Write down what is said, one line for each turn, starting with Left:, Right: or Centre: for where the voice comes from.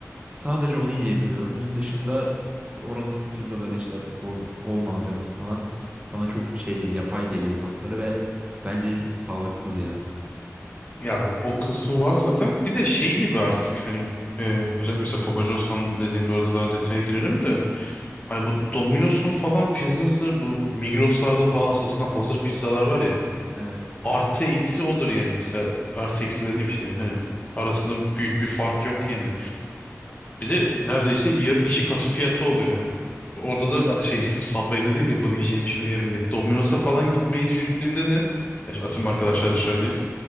Right: Sadece onu yiyebiliyorum. Onun dışında oranın pizzaları işte bol, bol malzemesi falan bana çok şey geliyor, yapay geliyor tatları ve bence sağlıksız ya.
Left: Ya o kısmı var zaten. Bir de şey gibi artık hani e, özellikle mesela Papa John's falan dediğimde orada daha detaya girerim de hani bu Domino's'un falan pizzası bu Migros'larda falan satılan hazır pizzalar var ya
Right: Evet.
Left: artı eksi odur yani mesela artı eksi dediğim işte hani arasında büyük bir fark yok yani. Bir de neredeyse yar- iki katı fiyatı oluyor. Hani orada da şey <laughs> Subway dedi ki bu diyeceğim şunu yerim diye. Domino's'a falan gitmeyi düşündüğümde de ya işte atıyorum arkadaşlar dışarıdayız.